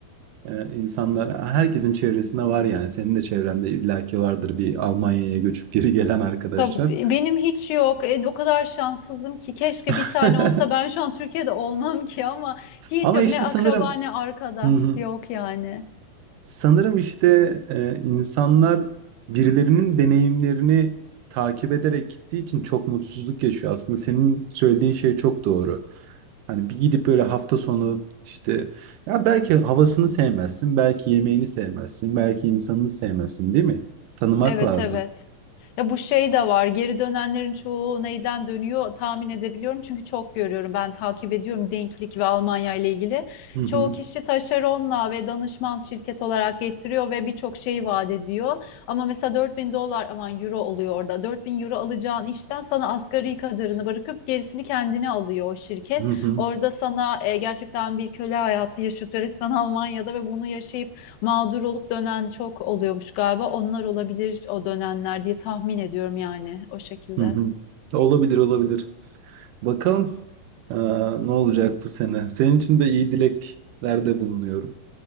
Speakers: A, on the right; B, on the left.
A: Ee, insanlar herkesin çevresinde var yani. Senin de çevrende illaki vardır bir Almanya'ya göçüp geri gelen arkadaşlar.
B: Tabii benim hiç yok. E, o kadar şanssızım ki keşke bir
A: <laughs>
B: tane olsa ben şu an Türkiye'de olmam ki ama hiç
A: Ama
B: yok.
A: işte
B: Ne akraba
A: sanırım
B: ne arkadaş
A: Hı hı.
B: yok yani.
A: Sanırım işte, eee, insanlar birilerinin deneyimlerini takip ederek gittiği için çok mutsuzluk yaşıyor. Aslında senin söylediğin şey çok doğru. Hani bir gidip böyle hafta sonu, işte, ya belki havasını sevmezsin, belki yemeğini sevmezsin, belki insanını sevmezsin, değil mi? Tanımak
B: Evet
A: lazım.
B: evet. Ya bu şey de var. Geri dönenlerin çoğu neyden dönüyor tahmin edebiliyorum. Çünkü çok görüyorum. Ben takip ediyorum denklik ve Almanya ile ilgili.
A: Hı hı.
B: Çoğu kişi taşeronla ve danışman şirket olarak getiriyor ve birçok şey vaat ediyor. Ama mesela 4000 dolar aman euro oluyor orada. dört bin euro alacağın işten sana asgari kadarını bırakıp gerisini kendine alıyor o şirket.
A: Hı hı.
B: Orada sana e, gerçekten bir köle hayatı yaşatıyor resmen Almanya'da ve bunu yaşayıp mağdur olup dönen çok oluyormuş galiba. Onlar olabilir o dönenler diye tahmin ediyorum yani o şekilde.
A: Hı hı. Olabilir, olabilir. Bakalım, eee, ne olacak bu sene. Senin için de iyi dileklerde bulunuyorum.